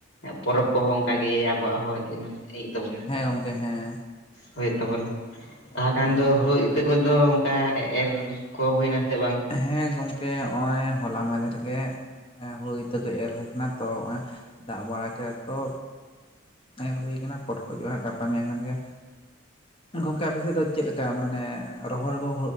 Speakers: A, on the left; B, on the left.
A: ᱯᱚᱨᱚᱵᱽ ᱠᱚᱦᱚᱸ ᱚᱱᱠᱟᱜ ᱜᱮ ᱟᱵᱚᱣᱟᱜ ᱦᱚᱸ ᱢᱟᱱᱮ ᱤᱭ ᱛᱟᱵᱚᱱᱟ
B: ᱦᱮᱸ ᱜᱚᱢᱠᱮ ᱦᱮᱸ
A: ᱦᱩᱭᱩᱜ ᱛᱟᱵᱚᱱᱟ
B: ᱦᱮᱸ
A: ᱛᱟᱦᱚᱞ
B: ᱜᱚᱢᱠᱮ
A: ᱠᱷᱟᱱ ᱫᱚ ᱦᱩᱲᱩ ᱤᱛᱟᱹ ᱠᱚᱫᱚ ᱚᱱᱠᱟ ᱮᱨ ᱠᱚ ᱦᱩᱭᱱᱟ ᱥᱮ ᱵᱟᱝ?
B: ᱦᱮᱸ ᱜᱚᱝᱠᱮ ᱦᱚᱜᱼᱚᱭ ᱦᱚᱞᱟ ᱢᱟᱫᱷᱮ ᱨᱮᱜᱮ ᱦᱩᱲᱩ ᱤᱛᱟᱹ ᱠᱚ ᱮᱨ ᱦᱩᱭ ᱟᱠᱟᱱᱟ ᱛᱚᱜ ᱫᱟᱜ ᱵᱟᱲᱟ ᱠᱮᱫ ᱛᱚ ᱮᱨ ᱦᱩᱭ ᱠᱟᱱᱟ ᱯᱚᱴ ᱠᱚᱡᱚᱜᱼᱟ ᱦᱜ ᱜᱟᱯᱟ ᱢᱮᱭ ᱠᱷᱟᱱ ᱜᱮ ᱜᱚᱢᱠᱮ ᱚᱱᱠᱟ ᱵᱮᱥᱤ ᱫᱚ ᱪᱮᱫ ᱞᱮᱠᱟ ᱢᱟᱱᱮ ᱨᱚᱦᱚᱲᱠᱚ